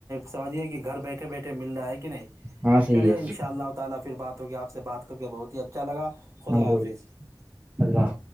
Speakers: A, on the right; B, on the right.
A: سمجھیے کہ گھر بیٹھے بیٹھے مل رہا ہے کہ نہیں
B: ہاں صحیح
A: چلیے
B: ہے
A: انشاء اللہ تعالی پھر بات ہوگی آپ سے بات کرکے بہت اچھا لگا خدا
B: ہم کو
A: حافظاظ
B: اللہ